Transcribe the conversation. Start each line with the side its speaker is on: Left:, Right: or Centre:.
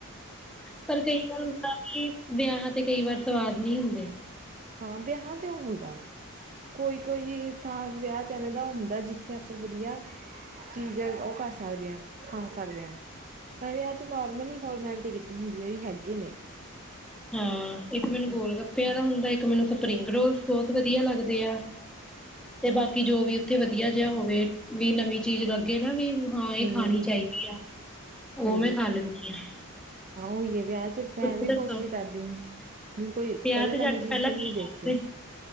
Centre: ਪਰ ਕਈ ਵਾਰ ਹੁੰਦਾ ਕੀ, ਏ ਵਿਆਹਾ ਤੇ ਕਈ ਵਾਰ ਸਵਾਦ। ਨਹੀਂ ਹੁੰਦੇ।
Right: ਹਾਂ ਵਿਆਹ ਤੇ ਹੁੰਦਾ ਕੋਈ--ਕੋਈ ਤਾਂ ਵਿਆਹ ਤੇ ਐਵੇਂ ਦਾ ਹੁੰਦਾ ਜਿੱਥੇ ਆਪਾਂ ਵਧੀਆ ਚੀਜਾ, ਉਹ ਕਰ ਸਕਦੇ ਹਾਂ, ਖਾ ਸਕਦੇ ਹਾਂ। ਕਈਆਂ, ਚ ਨੋਰਮਲੀ ਫੋਰਮੈਲਿਟੀ, ਕੀਤੀ ਹੁੰਦੀ। ਮੇਰੀ, ਹੈਗੀ ਨੇ
Centre: ਹਾਂ, ਇੱਕ ਮੈਨੂੰ
Right: ਹਮ
Centre: ਗੋਲ ਗੱਪਿਆਂ ਦਾ ਹੁੰਦਾ ਇੱਕ ਮੈਨੂੰ ਸਪਰਿੰਗ ਰੋਲਸ ਬਹੁਤ ਵਧੀਆ ਲੱਗਦੇ। ਤੇ ਆ ਤੇ ਬਾਕੀ ਜੋ ਵੀ ਤੇ ਵਧੀਆ ਜਿਹਾ ਹੋਵੇ। ਵੀ ਨਵੀਂ ਚੀਜ਼, ਲੱਗੇ ਨਾ ਵੀ। ਹਾਂ, ਇਹ
Right: ਹਮ
Centre: ਖਾਣੀ ਚਾਹੀਦੀ ਆ, ਉਹ
Right: ਹਾਂਜੀ
Centre: ਮੈਂ ਖਾ ਲੈਂਦੀ ਹਾਂ।
Right: ਹਾਂ ਓਈ ਏ। ਵਿਆਹ ਚ ਮੈਂ
Centre: ਤੁਸੀਂ
Right: ਵੀ
Centre: ਦੱਸੋ
Right: ਕੋਸ਼ਿਸ਼ ਕਰਦੀ ਹਾਂ ਬੀ ਕੋਈ
Centre: ਵਿਆਹ
Right: ਪਹਿਲਾਂ
Centre: ਤੇ ਜਾ
Right: ਨਵੀਂ
Centre: ਕੇ
Right: ਚੀਜ਼
Centre: ਪਹਿਲਾਂ
Right: ਕਿਨੀ
Centre: ਕੀ ਕਰਦੇ
Right: ਦੇਖੀਏ।